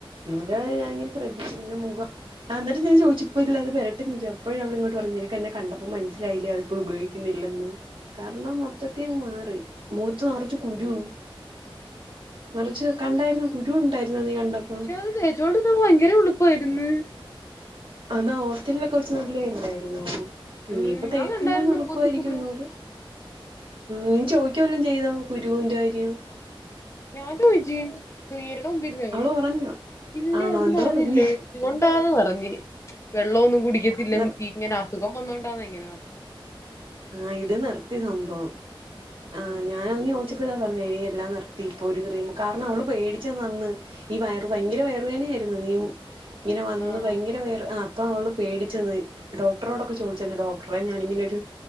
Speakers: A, on the right; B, on the left.
A: അന്നരം ഞാൻ ഇങ്ങനെ ശ്രദ്ധിച്ചു പിന്നെ മുഖ അന്നിട്ട് ഞാൻ ചോദിച്ച് ഇപ്പ ഇല്ല അത് പെരട്ടുന്നില്ല അപ്പഴേ അവള് ഇങ്ങോട്ട് പറഞ് നിനക്ക് എന്നെ കണ്ടപ്പോ മനസ്സിലായില്ലേ അപ്പ ഉപയോഗിക്കുന്നില്ലെന്ന് കാ ർണാ മൊത്തത്തി അങ്ങ് മാറി മൂഖത്ത് നറച്ച്കുരു മറിച്ച് കണ്ടായിരുന്നൊ കുരു ഉണ്ടായിരുന്ന നീ കണ്ടപ്പം
B: പക്ഷെ അത് തേച്ചോണ്ട് നിന്നാ ഭയങ്കര വെളുപ്പായിരുന്നു
A: അതാ ഹോസ്റ്റലൊക്കെ വെച്ച് നല്ലേയല്ലായ്രുന്നോ ഇനിയിപ്പ
B: ഉം ഞാൻ
A: തേക്കുമ്പോ
B: കണ്ടായിരുന്നു
A: വെളുക്കുവായിരിക്കും
B: മുഖത്ത് ഫുള്ള്
A: ഒന്നൂടി നീ ചോദിക്കവല്ലോം ചെയ്തോ കുരുന്റെകാര്യം
B: ഞാൻ ചോയ്ച്ച് ശ്രീ ഹരീടെ മുമ്പിരുന്ന ചോയ്
A: അവള് പറഞ്ഞോ
B: ഇല്ല
A: ആണോ
B: അന്ന്
A: എന്തോ
B: പറഞ്ഞില്ല
A: പറഞ്ഞ്
B: ഇതുകൊണ്ടാന്ന് പറഞ് വെള്ളവൊന്നും കുടിക്കത്തില്ല
A: നിർ
B: ഇങ്ങനെ അസുഖം വന്നോണ്ടാന്ന് ഇങ്ങനെ പറഞ്ഞു
A: ആഹ് ഇത് നിർത്തി സംഭവം ആ
B: ആഹ്
A: ഞാനന്ന് ചോദിച്ചപ്പോ ഇതാ പറഞ്ഞെ എടി എൻ എല്ലാം നിർത്തി ഇപ്പൊ ഒരു ക്രിമും കാരണം അവള് പേടിച്ചന്ന് അന്ന് ഈ വയറു ഭയങ്കര വയറ് വേദന ആയിരുന്നു നീ ഇങ്ങനെ വന്ന്
B: ആഹ്
A: ഭയങ്കര വേർ ആ അപ്പം അവള് പേടിച്ചെന്ന് ഡോക്ടറോടൊക്കെ ചോദിച്ചന്ന് ഡോക്ടറെ ഞാനിങ്ങനൊരു